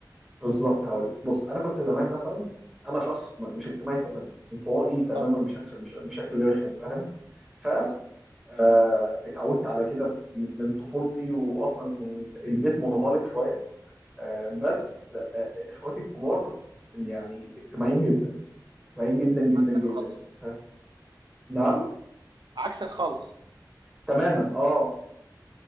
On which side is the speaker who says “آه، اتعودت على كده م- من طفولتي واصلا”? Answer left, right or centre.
Centre